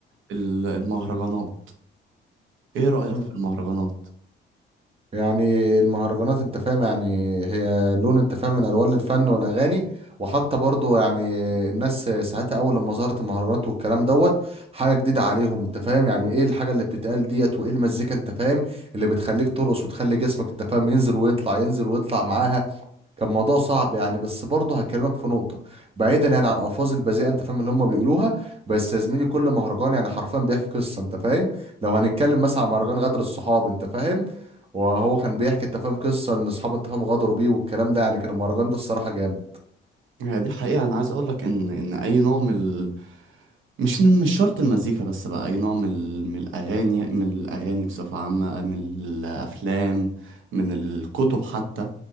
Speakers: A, on the right; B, on the right.
A: ال- المهرجانات ايه رأيك
B: مم.
A: في المهرجانات
B: يعني المهرجانات انت فاهم يعني هي لون انت فاهم من الوان الفن والاغاني وحتى برضو يعني الناس ساعتها اول لما ظهرت المهرجانات والكلام دوت حاجه جديده عليهم انت فاهم يعني ايه الحاجه اللي بتتقال ديت وايه المزيكا انت فاهم اللي بتخليك ترقص وتخلي جسمك انت فاهم ينزل ويطلع ينزل ويطلع معاها كان موضوع صعب يعني بس برضه هكلمك في نقطة بعيدا يعني عن الألفاظ البذيئة أنت فاهم اللي هم بيقولوها بس يا زميلي كل مهرجان يعني حرفيا بيحكي قصة أنت فاهم لو هنتكلم مثلا عن مهرجان غدر الصحاب أنت فاهم وهو كان بيحكي أنت فاهم قصة إن أصحابه أنت فاهم غدروا بيه والكلام ده يعني كان المهرجان ده الصراحة جامد
A: يعني دي حقيقة انا عايز اقولك ان ان اي نوع من مش من مش شرط المزيكا بس بقى أي نوع من ال- من الأغاني من الأغاني بصفة عامة من الأفلام من الكتب حتى